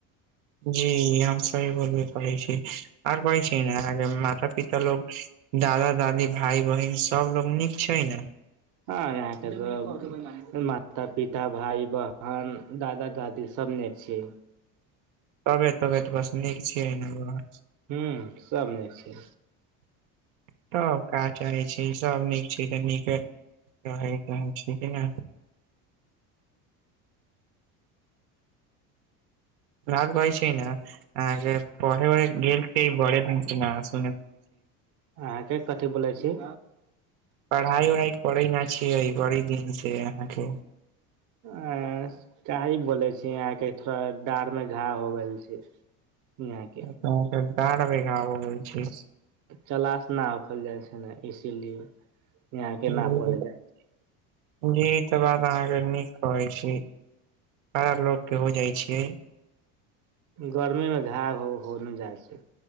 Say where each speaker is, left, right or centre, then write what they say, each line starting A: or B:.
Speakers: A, on the right (about 80°); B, on the right (about 45°).
A: जी हम सही बोलबे करै छी आर कहै छी न आहाँ के माता पिता लोग। दादा दादी भाय बहिन सबलोग नीक छै ने।
B: हँ यहाँके सब माता पिता भाय बहन दादा दादी। सब ने छियै।
A: तबे तबे तऽ बस नीक छियै बस
B: हूँ सब निक छै।
A: <inaudible> त काज चाहै छी सब नीक छै तऽ नीके रहै के छी कि ने। न कहै छी न अहा पढ़ै गेल छै बरे दिन नास।
B: अहाँके कथी बोलै छी।
A: पढ़ाइ उढ़ाय करे ना छिय बरि दिन से अहाँके।
B: आँ काई बोले छी यहाँके थोड़ा डाढ़ मे घा हो गेल छै। नई आहाँ के
A: तहन त डाड़ महीना भ गेल छै।
B: चलाश ना उखल जाइ छै न इसीलिए। यहाँ के
A: हूँ
B: ना पड़े जाय
A: जी ई तऽ बात अहाँके नीक कहै छी। <unintelligible> लोक के होजाय छै
B: गर्मी मे झाव हो होने जाइ छै।